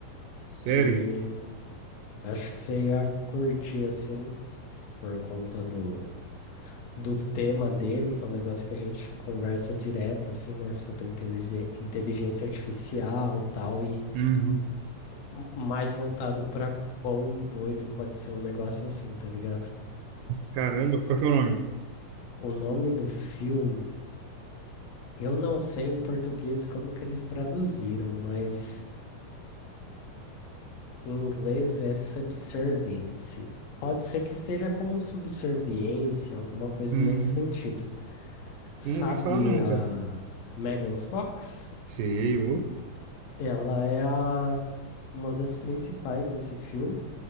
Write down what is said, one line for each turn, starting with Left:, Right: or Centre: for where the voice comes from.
Right: Sério?
Left: que acho que você ia curtir assim, por conta do, do tema dele, que é um negócio que a gente conversa direto, assim, né, sobre inteligen- inteligência artificial e tal, e
Right: Uhum,
Left: m- mais voltado pra quão doido pode ser um negócio assim, tá ligado?
Right: Caramba, qual que é o nome?
Left: O nome do filme, eu não sei em português como que eles traduziram, mas. Em inglês é subservience. Pode ser que esteja como subserviência, alguma coisa
Right: uhum,
Left: nesse sentido. Sabe
Right: Não ouvi falar não,
Left: a
Right: cara.
Left: Megan Fox?
Right: Sei, ô.
Left: Ela é a- uma das principais nesse filme.